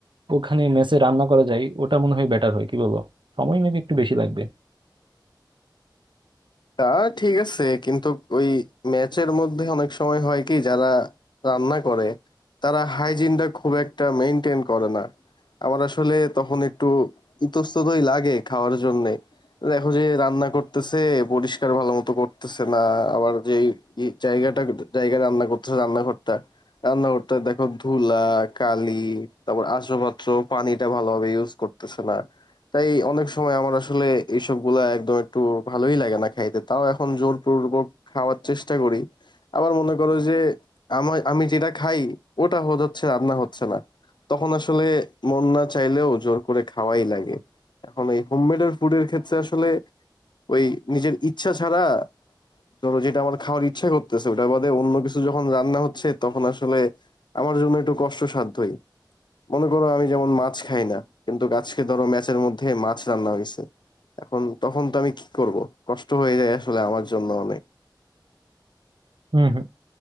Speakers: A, on the right (about 80°); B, on the left (about 70°).
A: ওখানে মেসে রান্না করা যায় ওটা মনে হয় বেটার হয় কি বলো সময় মেবি একটু বেশি লাগবে
B: তা ঠিক আছে কিন্তু ওই ম্যাচের মধ্যে অনেক সময় হয় কি যারা রান্না করে তারা হাইজিনটা খুব একটা মেনটেন করে না আমার আসলে তখন একটু ইতস্ততই লাগে খাওয়ার জন্যে দেখো যে রান্না করতেছে পরিষ্কার ভালো মতো করতেছে না আবার যে ই- জায়গাটা জায়গায় রান্না করতেছে রান্নাঘরটা রান্নাঘরটা দেখো ধুলা কালি তারপর আসবাবপত্র পানিটা ভালোভাবে ইউজ করতেছে না তাই অনেক সময় আমার আসলে এইসব গুলা একদম একটু ভালোই লাগে না খাইতে তাও এখন জোরপূর্বক খাওয়ার চেষ্টা করি আবার মনে করো যে আমার আমি যেটা খাই ওটা হো- হচ্ছে রান্না হচ্ছে না তখন আসলে মন না চাইলেও জোর করে খাওয়াই লাগে এখন এই হোমমেডের ফুডের ক্ষেত্রে আসলে ওই নিজের ইচ্ছা ছাড়া ধরো যেটা আমার খাওয়ার ইচ্ছা করতেছে ওটা বাদে অন্য কিছু যখন রান্না হচ্ছে তখন আসলে আমার জন্য একটু কষ্টসাধ্যই মনে করো আমি যেমন মাছ খাই না কিন্তু আজকে ধরো ম্যাচের মধ্যে মাছ রান্না হয়েছে এখন তখন তো আমি কি করব কষ্ট হয়ে যায় আসলে আমার জন্য অনেক
A: হুম হুম